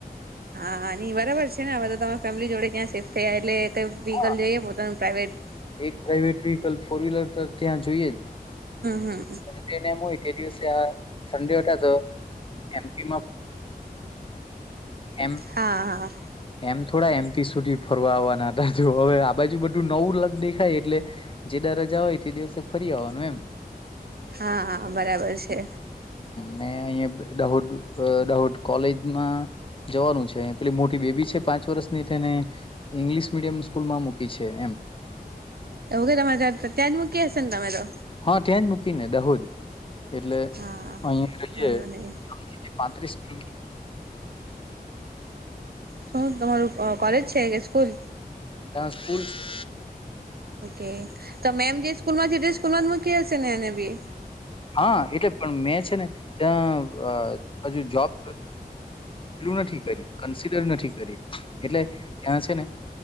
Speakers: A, on the right (about 75°); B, on the left (about 35°).
A: હાની બરાબર છે આ બધા તમારા ફેમિલી જોડે ત્યાં શિફ્ટ થયા એટલે. વ્હીકલ
B: હા
A: જોઈએ પોતાનું પ્રઇવેટ.
B: એક પ્રાઇવેટ વ્હીકલ ફોર વ્હીલર તો ત્યાં જોઈએ જ
A: હમ
B: એટલેને એમ હોય. બે દિવસે આ સંડે તો એમપીમાં. એમ
A: હા હા.
B: એમ થોડા એમપી સુધી ફરવા આવવા ના હવે આ બાજુ બધું નવું લ દેખાય એટલે જે. જવાય તે દિવસે ફરી આવવાનું એમ.
A: હા હા બરાબર છે.
B: મે અહિયાયા દાહોદ દાહોદ કોલેજમાં જવાનું છે પેલી મોટી. બેબી છે પાંચ વર્ષની તેને ઈંગ્લિશ મીડિયમ સ્કૂલ માં મૂકી છે એમ.
A: વગેરા માજા હતા તજ મ કે હશે તમારો.
B: હા ત્યાં જ મૂકી ને દહોદ. એટલે
A: હા
B: અહીિયાં
A: વાંધો નહી
B: રહીે પાંત્રીસ. હ.
A: શું તમારું કોલેજ છે કે સ્કૂલ
B: ત સ્કૂલ છે.
A: ઓકે તો મેમ જે સ્કૂલમાં છે તે સ્કૂલ માં જ મૂકી હશે ને એને બી.
B: હા એટલે પણ મેં છે ને ત્યાં હજુ જોબ. નથી કરી કન્સિલર નથી કરી એટલે ત્યાં છે ને